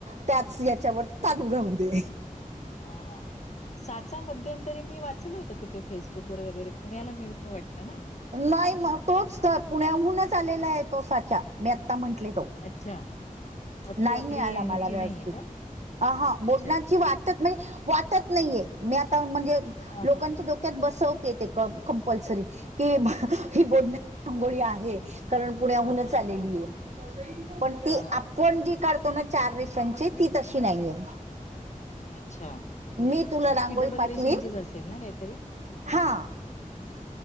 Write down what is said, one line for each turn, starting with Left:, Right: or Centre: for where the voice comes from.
Right: त्याच याच्यावर चालू राहू दे.
Left: हा, साचा मध्यंतरी मी वाच होत कुठे फेसबुक वगैरे, पुण्याला मिळतो वाटतं ना?
Right: नाही मग तोच त पुण्याहूनचं आलेला आहे, तो साचा मी आता म्हंटले तो.
Left: अच्छा! मग
Right: नाही
Left: ती आपली
Right: मिळाला, मला
Left: ह्याची
Right: व्यवस्थित
Left: नाहीये का?
Right: हा बोटनाची
Left: अच्छा, अच्छा.
Right: वाट वाटत नाहीये, मी आता म्हणजे
Left: हां,
Right: लोकांचे
Left: हां.
Right: ड डोक्यात बसवते ते कंपलसरी कि बोडण्याची
Left: हां,
Right: रांगोळी आहे. कारण, पुण्याहूनचं
Left: हां,
Right: आलेली
Left: हां.
Right: पण
Left: हां,
Right: ती
Left: हां,
Right: आप
Left: हां.
Right: जी काढतो, ना चार रेशांची ती तशी नाहीये.
Left: अच्छा!
Right: मी तुला रांगोळी
Left: ती डबल
Right: पाठवीन
Left: रेषांचीचं असेल ना, काहीतरी
Right: हा.